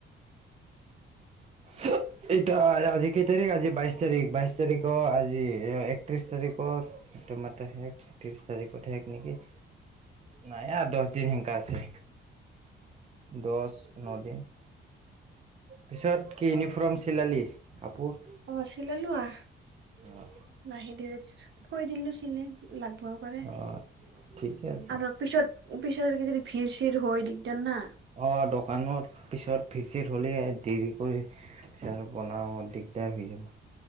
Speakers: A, on the right (about 30°); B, on the right (about 65°).
A: সা এইট। তাই আজি কেই তাৰিখ আজি বাইশ তাৰিখ বাইশ তাৰিখৰ আজি একত্ৰিশ তাৰিখৰ- এতোমাৰতে শেষ ত্ৰিশ তাৰিখত শেষ নেকি? নাই আও দহ দিন হেনকা আছে। দহ ন দিন। পিছত কি ইউনিফৰ্ম চিলালি কাপোৰ।
B: অঁ চিলালোঁ আৰ।
A: অঁ!
B: নাহে ধৰে কৈ দিলোছিলে লাগিবও পাৰে
A: অ ঠিকে আছে
B: আৰু্ পিছত পিছত কি যদি ভিৰ চিৰ হয় দিকদাৰ না।
A: অঁ দোকানত পিছত ভিৰ চিৰ হ'লে দেৰি কৰি- পিছে আৰু বনাও দিগদাৰ হৈ যাব